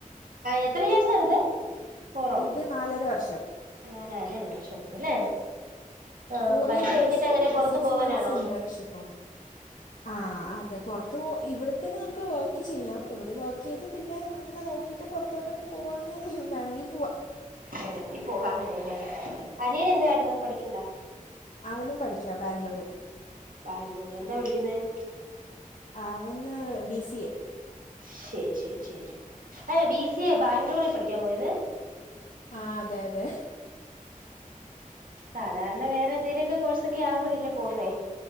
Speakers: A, on the right; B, on the left.
A: എത്ര േഴ്സാണിത് ഫോറോ
B: ഇത് നാലര വർഷം
A: നാലര വർഷം ല്ലേ ആ
B: ഫോർ
A: പഠ
B: ഇയർ
A: കഴിഞ്ഞിട്ട്
B: കോഴ്സും
A: അങ്ങനെ പുറത്ത
B: സിക്സ്
A: പോവാനാണോ
B: മന്ത്സ് ഇൻറ്റേൺഷിപ്പും ആ അതെ പുറത്ത് പോ ഇവിടെ തന്നെ നമുക്ക് വർക്ക് ചെയ്യാം ഇവിടെ വർക്ക് ചെയ്ത് പിന്നെ അങ്ങനെ നോക്കിട്ട് ട്ട് പുറത്തോട്ടൊക്കെ പോവാന്ന് വേണെങ്കി പോവാം
A: ഞാൻ എന്തി പോക അങ്ങനെയല്ലേ അനന എന്ത് കാരണം പഠിക്കണ്ട
B: അവനും പഠിക്കുക ബാംഗ്ലൂർ
A: ബാംഗൂ എന്താ പഠിക്കുന്നത്
B: അവന് ബി സി എ
A: ശരി ശരി ശരി അാ ബി സി ബാംഗ്ലൂരിൽ പഠിക്കാൻ പോയത്
B: ആ അതെ അതെ
A: സാധാരണ വേറെ എന്തെലുമൊക്കെ കോഴ്സൊക്കെ ആകുമ്പോഴല്ലേ പോുന്നേ